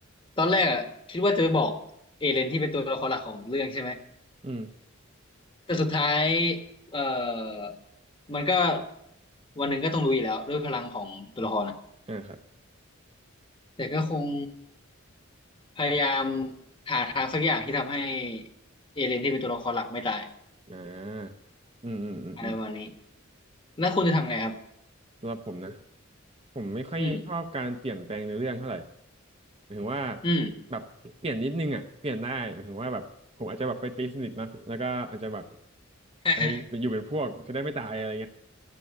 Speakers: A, on the left; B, on the right.
A: ตอนแรกอะคิดว่าจะไปบอกเอเลนที่เป็นตัวละครหลักของเรื่องใช่ไหม
B: อืม
A: แต่สุดท้ายเอ่อมันก็วันหนึ่งก็ต้องรู้อยู่แล้วด้วยพลังของตัวละครอะ
B: อ่าครับ
A: แต่ก็คงพยายามหาทางสักอย่างที่ทำให้เอเลนที่เป็นตัวละครหลักไม่ตาย
B: อ่าอืมอืมอืมอืม
A: อะไรประมาณนี้แล้วคุณจะทำไงครับ
B: สำหรับผมนะผมไม่ค่อยชอบการเปลี่ยนแปลงในอเรื่องเท่าไหร่
A: อืม
B: หมายถึงว่า
A: อืม
B: แบบเปลี่ยนนิดนึงอ่ะเปลี่ยนได้หมายถึงว่าแบบผมอาจจะแบบไปตีสนิทเนอะแล้วก็อาจจะแบบ
A: <laughs>
B: ไปไปอยู่เป็นพวกจะได้ไม่ตายอะไรเงี้ย
A: อ